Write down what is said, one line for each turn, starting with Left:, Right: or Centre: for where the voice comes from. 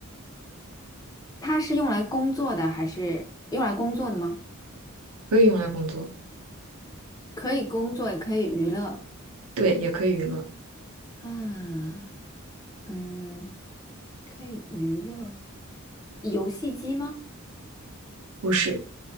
Left: <laughs> 它是用来工作的还是用来工作的吗？
Right: 可以用来工作，
Left: 可以工作，也可以娱乐。
Right: 对，也可以娱乐，
Left: 啊，嗯，可以娱乐。游戏机吗？
Right: 不是，